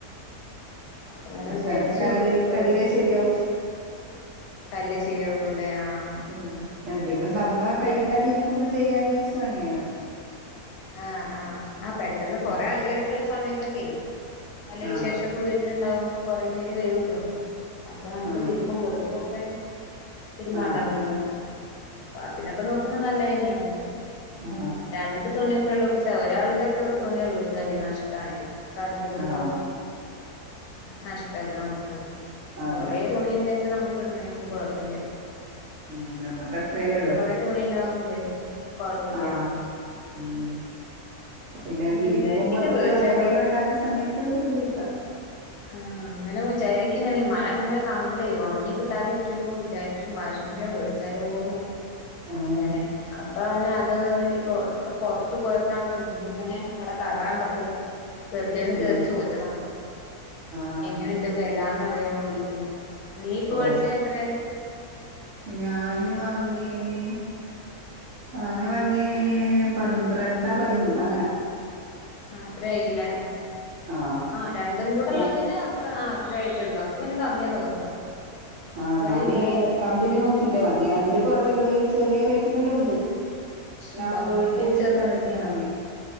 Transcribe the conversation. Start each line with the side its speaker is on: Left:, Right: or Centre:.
Left: അപ്പൊ ഇങ്ങനെ
Right: പക്ഷെ
Left: വിചാരിച്ചു
Right: എനക്ക് കല്ലിൽ
Left: മേടിക്കാൻ
Right: കല്ല് ശെരിയാവു.
Left: കല്ല് ശരിയാവുള്ളൂല്ലേ ആഹ്
Right: ഉം എന്തെങ്കിലും
Left: ശരിയാ
Right: നന്ന കഴി കാതിരിക്കുമ്പോ ചെയ്യാന്ന്ച്ച് വാങ്യെണ്.
Left: ആഹ് ആ ആ പെട്ടെന്ന് കൊറെ
Right: ഉം
Left: ആൾക്കാരൊക്കെ ഉള്ള സമയത്തൊക്കെയി. പല വിശേഷ
Right: ആഹ്
Left: വരലുണ്ടാവുമ്പൊ കൊറേ പേര് വരുല്ലോ, അപ്പൊ നമുക്ക്
Right: ആഹ്
Left: വീപ്പും പുതുപ്പും ഒക്കെ തിരുമാണ്ടാവലോ.
Right: ആഹ്
Left: അപ്പൊ അതിനൊക്കെ നോക്കുമ്പോ നല്ലന്നെയേണ്
Right: ആഹ.
Left: രണ്ട് തുണിയൊക്കെള്ളച്ചാ, ഒരാളുടെയക്കെ തുണിയക്കൊളച്ചാലേ നഷ്ടാണേ. കറണ്ട് ബില്ല്
Right: ആഹ്
Left: നഷ്ടല്ലേ നമുക്ക്.
Right: അതെ
Left: കൊറെ തുണി ഉണ്ടെങ്കില് നമുക്ക് ഇടണെന് കൊഴപ്പില്ല.
Right: ഉം നമ്മക്ക് അത്രയല്ലേ ഉള്ളൂ.
Left: <unintelligible> കൊഴപ്പില്ല
Right: ആ ഉം. പിന്നെ
Left: അങ്ങനെ
Right: വിരിപ്പും
Left: വിചാരിക്കണ്ട്
Right: പുതപ്പും
Left: മേടിച്ചാലോ
Right: അങ്ങനെയെല്ലാം ഉണ്ടാകുന്ന സമയത്ത് ഉപയോഗിക്കാം.
Left: ആ അങ്ങനെ വിചാരിക്കും ഇങ്ങനെ മഴങ്ങനെ കാണുമ്പോളേ, ഒണങ്ങി കിട്ടാതിരി കുമ്പോ വിചാരിക്കും വാഷിംഗ് മിഷൻ മേടിച്ചാലോന്നു.
Right: ഉം
Left: അങ്ങനെ അപ്പ ന്ന അത <unintelligible> പുറത്ത് പോയപ്പോഴാണ് <unintelligible> ങ്ങനെ അവിടെ കട കണ്ടപ്ളെ വെറുതെന്ന് കേറി
Right: ഉം
Left: ചോദിച്ചതാ.
Right: ആഹ്
Left: എങ്ങനെണ്ട് വിലന്ന്റിയാൻ വേണ്ടീട്ട് നീ ഇപ്പ
Right: ഓഹ്
Left: മേടിച്ചതത്രെ?
Right: ഞാന് വങ്ങേന്, ഞാന് വാങ്ങേ പന്ത്രണ്ട പതിമൂന്ന അങ്ങനാ.
Left: അത്രയില്ലേ.
Right: ആഹ്
Left: ആ രണ്ടും കൂടെള്ളതിന്
Right: ഞാൻ
Left: അത്ര ആ ത്രായിട്ടോള്ളൂ. അപ്പൊ പിന്നെ കമ്മിയാ തോന്നുന്നു.
Right: ആ
Left: ഇവിടെ
Right: ഞാന്
Left: ഇരുപതാവും
Right: കമ്പനി നോക്കിട്ടാ വാങ്ങിയ. അതില് കൊറവെ ചെറിയ റേറ്റിനെല്ലാം ഉണ്ട്. ഞാൻ
Left: ഉണ്ടോ
Right: വേൾപൂൾ
Left: അതിന് ചെറിയ
Right: കമ്പനിയാ
Left: റേറ്റ് ഉണ്ടോ
Right: വാങ്യെ.